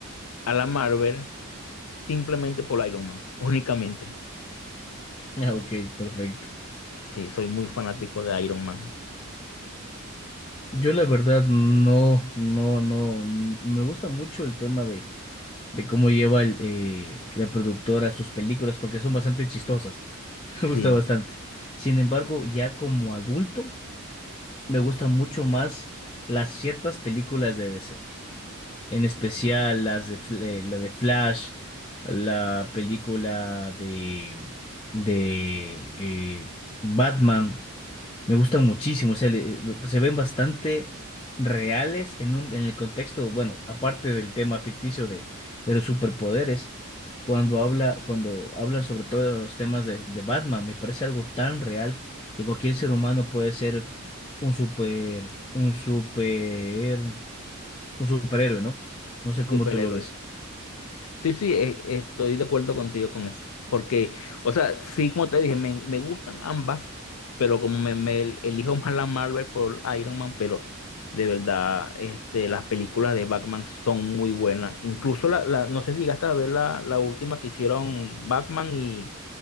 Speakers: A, on the left; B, on the left.
A: a la Marvel simplemente por Iron Man, únicamente.
B: Ah, Ok, perfecto.
A: Sí, soy muy fanático de Iron Man.
B: Yo la verdad no, no, no, n- me gusta mucho el tema de, de cómo lleva el, eh, la productora sus películas porque son bastante chistosas, <laughs> me gusta
A: Sí,
B: bastante. Sin embargo, ya como adulto, me gustan mucho más las ciertas películas de DC. en especial las de, Fl- eh, la de Flash, la película de, de eh, Batman, me gustan muchísimo, o sea, le- se ven bastante reales en un, en el contexto, bueno, aparte del tema ficticio de, de los superpoderes, cuando habla, cuando hablan sobre todo los temas de, de Batman, me parece algo tan real que cualquier ser humano puede ser un super, un super un superhéroe, ¿no? No sé cómo
A: superhéroe.
B: tú lo ves.
A: Sí, sí, e- estoy de acuerdo contigo con eso. Porque, o sea, sí, como te dije, me, me gustan ambas, pero como me, me elijo más la Marvel por Iron Man, pero de verdad, este, las películas de Batman son muy buenas. Incluso la, la- no sé si llegaste a ver la, la última que hicieron Batman y,